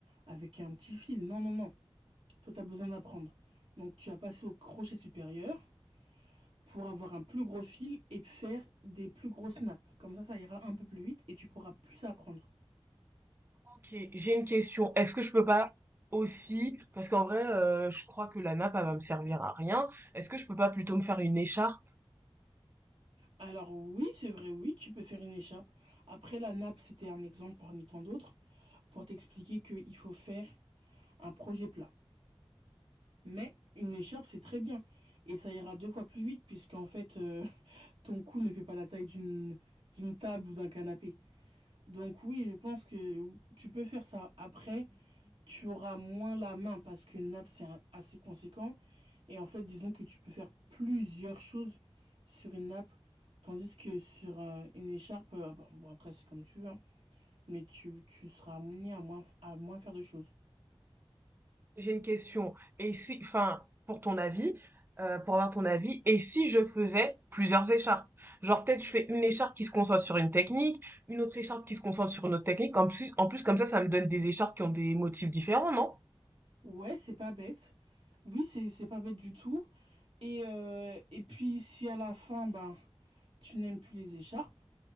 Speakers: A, on the right; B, on the right.
A: avec un petit fil. Non, non, non. Toi, t'as besoin d'apprendre. Donc, tu vas passer au crochet supérieur. pour avoir un plus gros fil et faire des plus gros snaps. Comme ça, ça ira un peu plus vite et tu pourras plus apprendre.
B: Ok, j'ai une question. Est-ce que je peux pas aussi, parce qu'en vrai, euh, je crois que la nappe, elle va me servir à rien. Est-ce que je peux pas plutôt me faire une écharpe?
A: Alors oui, c'est vrai, oui, tu peux faire une écharpe. Après, la nappe, c'était un exemple parmi tant d'autres pour t'expliquer qu'il faut faire un projet plat. Mais une écharpe, c'est très bien. Et ça ira deux fois plus vite puisqu'en fait, euh, <laughs> ton cou ne fait pas la taille d'une d'une table ou d'un canapé. Donc oui, je pense que tu peux faire ça. Après, tu auras moins la main parce qu'une nappe, c'est assez conséquent. Et en fait, disons que tu peux faire plusieurs choses sur une nappe, tandis que sur euh, une écharpe, euh, bon, bon, après, c'est comme tu veux, hein. mais tu, tu seras amené à moins, à moins faire de choses.
B: J'ai une question. Et si, enfin, pour ton avis, euh, pour avoir ton avis, et si je faisais plusieurs écharpes? Genre, peut-être je fais une écharpe qui se concentre sur une technique, une autre écharpe qui se concentre sur une autre technique. En plus, en plus, comme ça, ça me donne des écharpes qui ont des motifs différents, non?
A: Ouais, c'est pas bête. Oui, c'est c'est pas bête du tout. Et, euh, et puis, si à la fin, ben, tu n'aimes plus les écharpes,